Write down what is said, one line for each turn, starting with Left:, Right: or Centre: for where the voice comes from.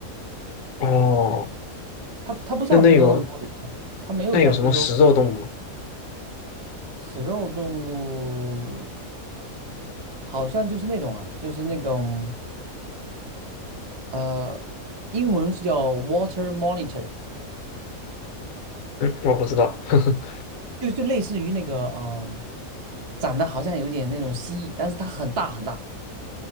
Left: 哦，
Right: 对，它它不像非洲那么多，
Left: 那那有
Right: 它没有像非洲
Left: 那有什么食肉动物吗？
Right: 食肉动物。好像就是那种啊，就是那种呃，英文是叫 water monitor，
Left: 嗯，我不知道。<laughs>
Right: 就就类似于那个嗯、长得好像有点那种蜥蜴，但是它很大很大。